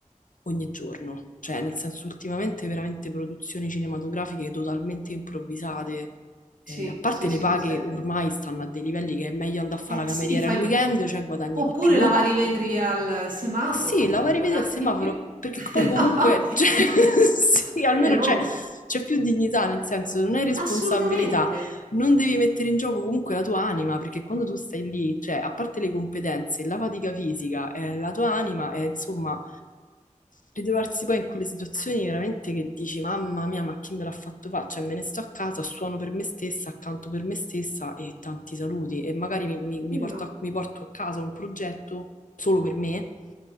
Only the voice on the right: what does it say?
Sì,
sì,
sì,
questo è vero.
Eh
sì,
fai
p
oppure
lavare i vetri al semaforo,
ehm,
guadagni
di più.
<laughs>
No,
è
vero,
assolutamente,
è
vero,